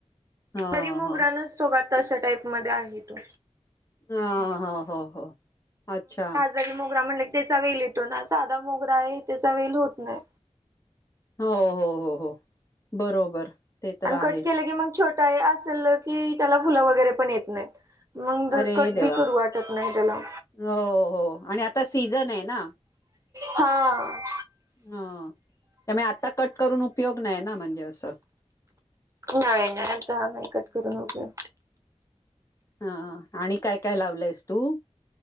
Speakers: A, on the left (about 30°); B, on the right (about 30°).
A: हा
B: तरी मोगरानच
A: हा
B: सोगाता, अशा टाईप मध्ये आहे तो.
A: हं, हो हो ह अच्छा.
B: कळी मोगरा म्हणलं की, त्याचा वेल येतो ना, साधा मोगरा ये त्याचा वेल होत नही.
A: हो हो हो हो, बरोबर. ते तर
B: आणि कट
A: आहेच
B: केलं की, मग छोटा ये असल की, त्याला फुलं वगैरे पण येत नाहीत. मंग धड
A: अरे
B: कट
A: देवा
B: बी करू वाटत नही, त्याला.
A: हो हो आणि आता सीझन ये ना.
B: हां.
A: हं त्यामुळे आता कट करून उपयोग नाही ना, म्हणजे असं.
B: नाहीं नाहीं हां नाहीं कंट करूंन हो
A: हां आणि कायं कायं लावलंयस तूं